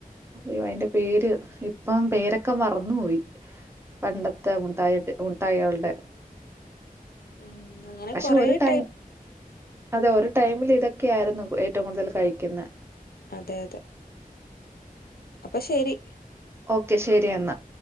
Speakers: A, on the right; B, on the left.
A: യൊ അയിന്റെ പേര് ഇപ്പം പേരൊക്കെ മറന്നൊയി പണ്ടത്തെ മുട്ടായിട്ട് മുട്ടായാളുടെ
B: <inaudible> <unintelligible>
A: പക്ഷെ ഒരു ടൈം
B: ടൈപ്പ്
A: അതെ ഒരു ടൈമിൽ ഇതൊക്കെയായിരുന്നു ഏറ്റവും കൂടുതൽ കഴിക്കുന്നെ
B: അതെ അതെ അപ്പ ശരി
A: ഓക്കെ ശരി എന്നാ